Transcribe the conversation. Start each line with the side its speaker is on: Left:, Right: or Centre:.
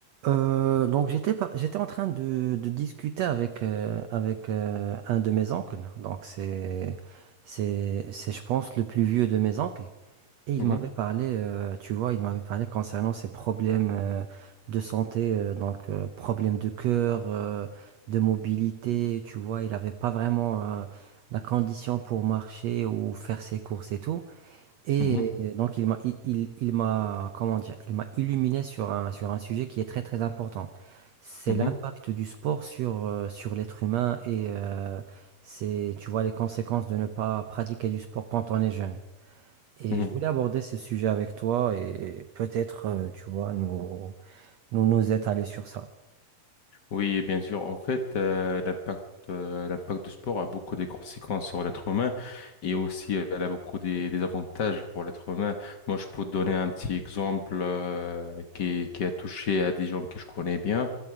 Right: Euh, donc j'étais par- j'étais en train de, de discuter avec euh, avec euh, un de mes oncles. Donc c'est c'est c'est je pense le plus vieux de mes oncles et il
Left: Mhm,
Right: m'avait parlé euh, tu vois, il m'avait parlé concernant ses problèmes euh, de santé euh, donc euh, problèmes de cœur, euh, de mobilité, tu vois, il avait pas vraiment euh, la condition pour marcher ou faire ses courses et tout. Et
Left: mhm,
Right: donc il m'a il, il- il m'a comment dire il m'a illuminé sur un sur un sujet qui est très très important. C'est
Left: mhm,
Right: l'impact du sport sur euh, sur l'être humain et euh, c'est tu vois les conséquences de ne pas pratiquer du sport quand on est jeune. Et
Left: mhm.
Right: je voulais aborder ce sujet avec toi et peut-être euh, tu vois nous nous nous étaler sur ça.
Left: Oui, et bien sûr. En fait, euh, l'impact, euh, l'impact du sport a beaucoup de conséquences sur l'être humain et aussi euh, elle a beaucoup des, des avantages pour l'être humain. Moi, je peux te donner un petit exemple euh, qui, qui a touché à des gens que je connais bien,